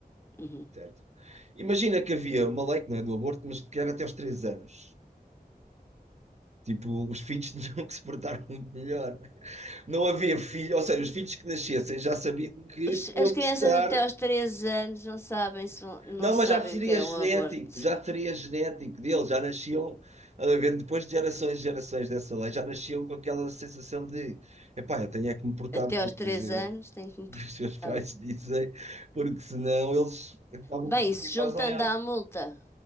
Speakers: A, on the left; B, on the right.
A: Uhum.
B: certo? Imagina que havia uma lei que não é do aborto, mas que era até aos três anos. Tipo, os filhos <laughs> tinham que se portar muito melhor. Não havia filho, ou seja, os filhos que nascessem já sabiam que
A: Os-
B: tinham
A: As crianças
B: que estar.
A: até aos 3 anos não sabem, se vão-
B: Não,
A: não sabem
B: mas já seria
A: o que é
B: genético,
A: um aborto.
B: já seria genético deles, já nasciam, a ver, depois de gerações e gerações dessa lei, já nasciam com aquela sensação de, epá, eu tenho é que me portar
A: Até
B: bem,
A: aos 3
B: fazer,
A: anos têm que me
B: que
A: portar
B: os seus pais
A: bem.
B: dizem, porque senão eles acabam
A: Bem,
B: por ir
A: se
B: e fazem
A: juntando
B: outra.
A: à multa,